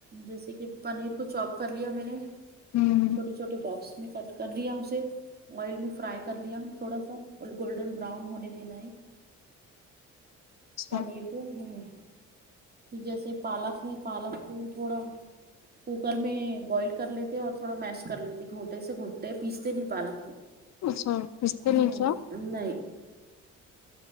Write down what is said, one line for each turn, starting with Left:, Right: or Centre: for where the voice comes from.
Right: جیسے کہ پنیر کو چاپ کر لیا میں نے
Left: ہمم
Right: چھوٹے چھوٹے بکس اس میں کٹ کر لیا اسے آئل میں فرائی کر لیا تھوڑا سا اور گولڈن براؤن ہونے دینا ہے
Left: اچھا
Right: پنیر کو ہ جیسے پالک ہے پالک وہ تھوڑا کوکر میں بوائل کر لیتے اور تھوڑا میش کر لیتے گو گھوٹ سے گھٹتے ہے پیستے نہیں پالک کو
Left: اچھا پستے
Right: ہ
Left: نی کیا
Right: نہیں